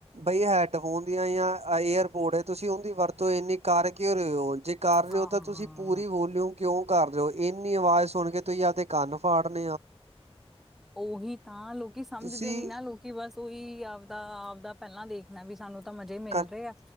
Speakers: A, on the right (about 80°); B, in the centre.
A: ਬਈ ਹੈਡਫੋਨ ਦੀਆਂ, ਯਾ ਈਅਰਪੋਡ ਹੈ ਤੁਸੀਂ ਉਹਦੀ ਵਰਤੋਂ ਇੰਨੀ ਕਰ ਕਿਉਂ ਰਹੇ ਹੋ। ਜੇ ਜੇ ਕਰ ਰਹੇ
B: ਹਾਂ
A: ਹੋ ਤਾਂ ਤੁਸੀਂ ਪੂਰੀ ਵੋਲਿਊਮ ਕਿਉਂ ਕਰ ਰਹੇ ਹੋ, ਇੰਨੀ ਆਵਾਜ਼ ਸੁਣ ਕੇ ਤੁਸੀਂ ਆਪਦੇ ਕੰਨ ਫਾੜ <unintelligible>
B: ਉਹੀ ਤਾਂ ਲੋਕੀ ਸਮਝਦੇ
A: ਤੁਸੀਂ
B: ਨੀ ਨਾ, ਲੋਕੀ ਬਸ ਉਹੀ ਆਪਦਾ ਆਪਦਾ ਪਹਿਲਾਂ ਦੇਖ ਵੀ ਸਾਨੂੰ ਤਾਂ ਮਜ਼ੇ ਹੀ ਮਿਲ
A: ਕ
B: ਰਹੇ ਆ,